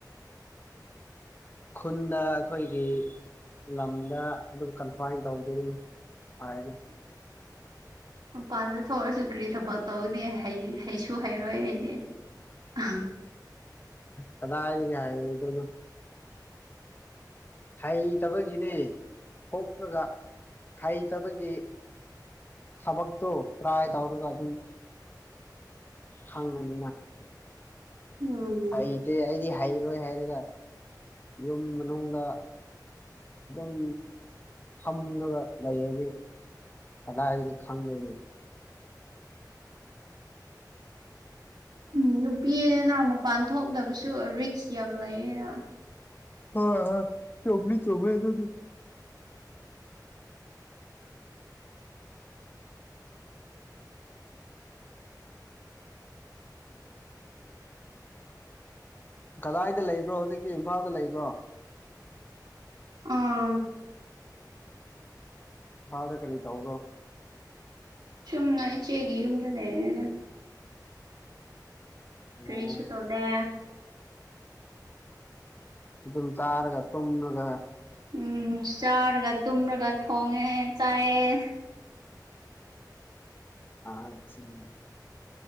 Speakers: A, on the left (about 30°); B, on the right (about 75°).
A: ꯈꯨꯟꯗ ꯑꯩꯈꯣꯏꯒꯤ ꯂꯝꯗ ꯑꯗꯨꯝ ꯀꯟꯐꯥꯏꯟ ꯇꯧꯕꯗ ꯑꯗꯨꯝ ꯍꯥꯏꯝ
B: ꯃꯄꯥꯟꯗ ꯊꯣꯛꯧꯔꯁꯨ ꯀꯔꯤ ꯊꯕꯛ ꯇꯧꯅꯤ ꯍꯩꯁꯨ ꯍꯩꯔꯣꯏ ꯑꯩꯗꯤ ꯑꯥ
A: ꯀꯗꯥ ꯍꯥꯏꯔꯒꯦ ꯍꯥꯏꯔꯗ ꯍꯩꯇꯕꯒꯤꯅꯤ ꯀꯣꯛꯂꯒ ꯍꯩꯇꯕꯒꯤ ꯊꯕꯛꯛꯇꯣ ꯄ꯭ꯔꯥꯏ ꯇꯔꯒ ꯑꯗꯨꯝ ꯍꯪꯕꯅꯤꯅ
B: ꯎꯝ
A: ꯍꯗꯤꯦ ꯑꯩꯗꯤ ꯏꯔꯣꯏ ꯍꯥꯏꯔꯒ ꯌꯨꯝ ꯃꯅꯨꯡꯗꯅ ꯑꯗꯨꯝ ꯐꯝꯉꯒ ꯂꯩꯔꯗꯤ ꯄꯗꯥ ꯍꯥꯏꯗꯤ ꯈꯪꯗꯔꯦ
B: ꯎꯝ ꯅꯨꯄꯤꯅꯅ ꯃꯄꯥꯟ ꯊꯣꯛꯇꯕꯁꯨ ꯔꯤꯛꯁ ꯌꯥꯝ ꯂꯩꯌꯦꯗ
A: ꯑ ꯆꯣꯕꯂꯤ ꯆꯕꯩꯗꯗꯤ ꯀꯗꯥꯏꯗ ꯂꯩꯕ꯭ꯔꯣ ꯍꯧꯖꯤꯛꯇꯤ ꯏꯝꯐꯥꯜꯗ ꯂꯩꯕ꯭ꯔꯣ
B: ꯑꯥ
A: ꯗ ꯀ ꯂꯩ ꯇꯧꯒ
B: ꯁꯨꯝꯅ ꯏꯆꯦꯒꯤ ꯌꯨꯝꯗ ꯂꯩꯔꯅꯤꯅ ꯀꯔꯤꯁꯨ
A: ꯑꯣ
B: ꯇꯣꯗꯦ
A: ꯑꯗꯨ ꯑꯗꯨꯝ ꯆꯥꯔꯒ ꯇꯨꯝꯃꯒ
B: ꯎꯝ ꯆꯥꯔꯒ ꯇꯨꯝꯔꯒ ꯊꯣꯡꯉꯦ ꯆꯥꯏꯑ
A: ꯑꯔꯖꯅꯤꯅꯥ